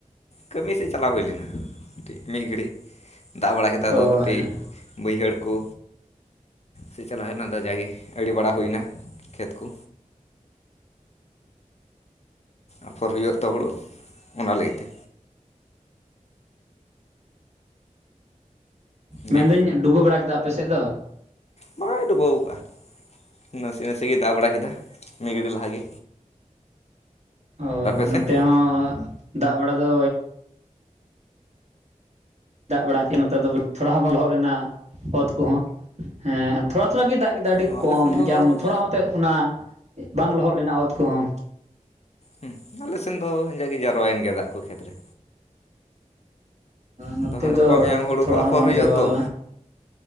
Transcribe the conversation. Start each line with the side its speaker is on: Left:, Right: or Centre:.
Left: ᱠᱟᱹᱢᱤ ᱥᱮᱫ ᱪᱟᱞᱟᱣ ᱦᱩᱭ ᱞᱮᱱᱟ ᱢᱤᱫ ᱜᱷᱟᱹᱲᱤ ᱫᱟᱜ ᱵᱟᱲᱟ ᱠᱮᱫᱟ
Right: ᱚ
Left: ᱟᱫᱚ ᱠᱟᱹᱴᱤᱡ
Right: ᱦᱮᱸ
Left: ᱵᱟᱹᱭᱦᱟᱹᱲ ᱠᱚ ᱥᱮ ᱪᱟᱞᱟᱣ ᱦᱩᱭᱞᱮᱱᱟ ᱟᱫᱚ ᱡᱟᱣᱜᱮ ᱟᱲᱮ ᱵᱟᱲᱟ ᱦᱩᱭᱱᱟ ᱠᱷᱮᱛ ᱠᱚ ᱟᱯᱷᱚᱨ ᱦᱩᱭᱩᱜ ᱟᱛᱚ ᱦᱩᱲᱩ ᱚᱱᱟ ᱞᱟᱹᱜᱤᱫ ᱛᱮ
Right: ᱢᱮᱱᱫᱟᱹᱧ
Left: ᱫᱮ
Right: ᱰᱩᱵᱟᱹ ᱵᱟᱲᱟ ᱠᱮᱫᱟ ᱟᱯᱮ ᱥᱮᱫ ᱫᱚ?
Left: ᱵᱟᱭ ᱰᱩᱵᱟ ᱟᱠᱟ ᱱᱟᱥᱮ ᱜᱮ ᱫᱟᱜ ᱵᱟᱲᱟ ᱠᱮᱫᱟ ᱢᱤᱫ ᱜᱷᱟᱹᱲᱤᱡ ᱞᱟᱦᱟ ᱜᱮ᱾
Right: ᱚ
Left: ᱥᱮᱱ
Right: ᱱᱚᱛᱮ ᱦᱚᱸ ᱫᱟᱜ ᱵᱟᱲᱟ ᱫᱚ ᱫᱟᱜ ᱵᱟᱲᱟ ᱠᱮᱫ-ᱟ ᱱᱚᱛᱮ ᱫᱚ ᱛᱷᱚᱲᱟ ᱦᱚᱸ ᱵᱟᱝ ᱞᱚᱦᱚᱫ ᱞᱮᱱᱟ ᱚᱛ ᱠᱚᱦᱚᱸ ᱦᱮᱸ ᱛᱷᱚᱲᱟ ᱛᱷᱚᱲᱟ ᱜᱮ ᱫᱟᱜ ᱠᱮᱫᱟ ᱟᱹᱰᱤ
Left: ᱟᱞᱮ
Right: ᱠᱚᱢ
Left: ᱥᱮᱱ
Right: ᱢᱮᱱᱠᱮᱭᱟᱢ
Left: ᱫᱚ
Right: ᱛᱷᱚᱲᱟ ᱦᱚᱸᱛᱮᱫ ᱚᱱᱟ ᱵᱟᱝ ᱞᱚᱦᱚᱫ ᱞᱮᱱᱟ ᱚᱛ ᱠᱚᱦᱚᱸ
Left: ᱦᱮᱸ ᱟᱞᱮ ᱥᱮᱱ ᱫᱚ ᱦᱮᱸ ᱡᱟᱨᱣᱟᱭᱮᱱ ᱜᱮᱭᱟ ᱫᱟᱜ ᱠᱚ ᱠᱷᱮᱛ ᱨᱮ
Right: ᱱᱚᱛᱮ
Left: ᱟᱫᱚ ᱦᱟᱸᱜ ᱜᱟᱯᱟ
Right: ᱫᱚ
Left: ᱢᱮᱭᱟᱝ ᱦᱳᱲᱳ
Right: ᱛᱷᱚᱲᱟ
Left: ᱠᱚ ᱟᱯᱷᱚᱨ
Right: ᱦᱚᱸ ᱵᱟᱝ
Left: ᱦᱩᱭᱩᱜᱼᱟ
Right: ᱡᱟᱨᱣᱟ
Left: ᱛᱚ
Right: ᱞᱮᱱᱟ᱾